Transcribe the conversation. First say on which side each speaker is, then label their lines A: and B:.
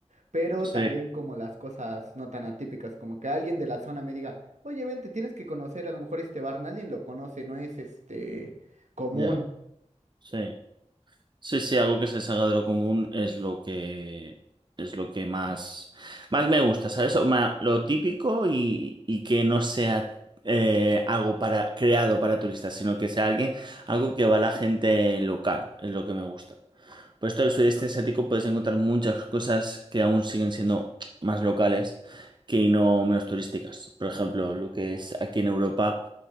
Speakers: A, on the right (about 75°); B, on the right (about 40°).
A: pero
B: Sí,
A: también como las cosas no tan atípicas, como que alguien de la zona me diga, oye, vente, tienes que conocer a lo mejor este bar, nadie lo conoce, no es este común.
B: ya, sí. Sí, sí, algo que se salga de lo común es lo que es lo que más, más me gusta, ¿sabes? O ma- Lo típico y, y que no sea eh, algo para, creado para turistas, sino que sea alguien, algo que va a la gente local, es lo que me gusta. Por esto del sudeste asiático puedes encontrar muchas cosas que aún siguen siendo más locales que no menos turísticas. Por ejemplo, lo que es aquí en Europa.